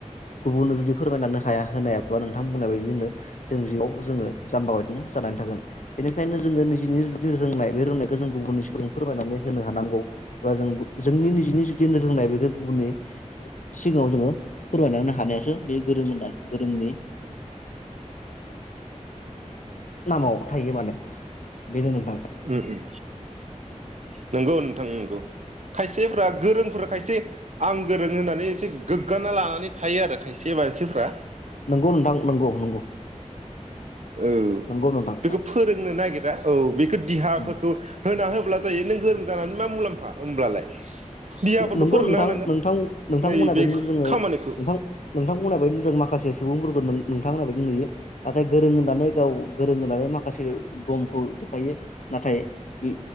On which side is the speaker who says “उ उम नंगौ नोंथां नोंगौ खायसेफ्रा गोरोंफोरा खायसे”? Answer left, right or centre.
Right